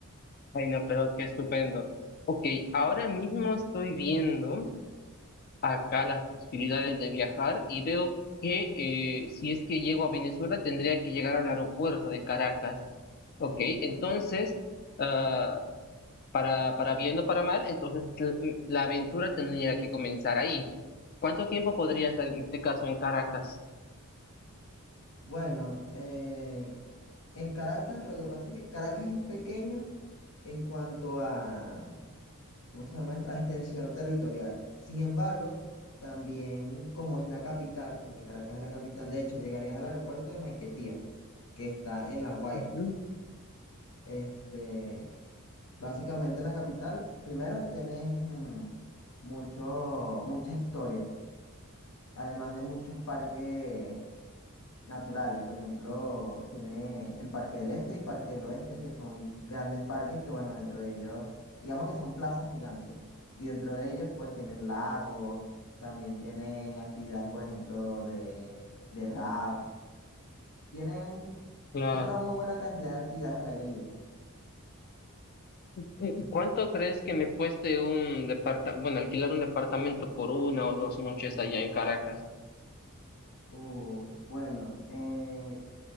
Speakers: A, on the left; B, on the left.
A: Ay, no, pero qué estupendo. Ok, ahora mismo estoy viendo. acá las posibilidades de viajar y veo que eh, si es que llego a Venezuela tendría que llegar al aeropuerto de Caracas. Ok, entonces, ah, para, para bien o para mal, entonces l- la aventura tendría que comenzar ahí. ¿Cuánto tiempo podría estar en este caso en Caracas?
B: Bueno, eh, en Caracas, lo que pasa es que Caracas es pequeño en cuanto a ¿cómo se llama? eso? A extensión territorial. Sin embargo, también como es la capital, porque Caracas es la capital, de hecho, llegarías al aeropuerto de Maiquetía, que está en La Guaira.
A: Ujú.
B: Este, básicamente en la capital, primero tenés mm, mucho, mucha historia, además de muchos parques naturales. Por ejemplo, tiene el Parque del Este y Parque del Oeste, que son grandes parques que, bueno, dentro de ellos, digamos que son plazas gigantes. Y dentro de ellos, pues tienen lagos, también tienen actividades, por ejemplo, de, de rap. Tienen
A: Claro.
B: una muy buena cantidad de actividades al aire libre.
A: ¿Y ¿Cuánto crees que me cueste un departamento, bueno, alquilar un departamento por una o dos noches allá en Caracas?
B: Uh, bueno, eh,